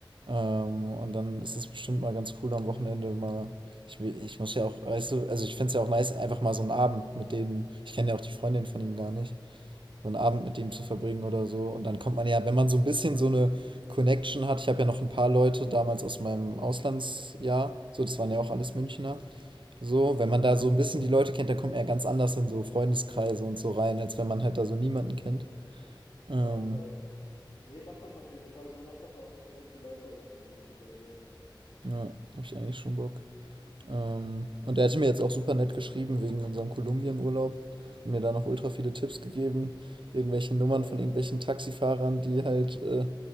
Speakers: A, on the right; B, on the left.
A: Ähm, und dann ist es bestimmt mal ganz cool am Wochenende mal. Ich will, ich muss ja auch, weißt du, also ich finde es ja auch nice, einfach mal so einen Abend mit denen. Ich kenne ja auch die Freundin von ihm gar nicht. so einen Abend mit ihm zu verbringen oder so. Und dann kommt man ja, wenn man so ein bisschen so eine Connection hat, ich habe ja noch ein paar Leute damals aus meinem Auslandsjahr, so, das waren ja auch alles Münchner. So,
B: Ja,
A: wenn man da so ein bisschen die Leute kennt, dann kommt man ja ganz anders in so Freundeskreise und so rein, als wenn man halt da so niemanden kennt. Ähm,
B: ja, voll. Nee, mach das auf jeden Fall. Thomas hat da auch korrekte Leute in München, also.
A: ja, habe ich eigentlich schon Bock. Ähm, und er hat mir jetzt auch super nett geschrieben wegen unserem Kolumbien-Urlaub. Hat mir da noch ultra viele Tipps gegeben. Irgendwelche Nummern
B: Ja.
A: von irgendwelchen Taxifahrern, die halt äh,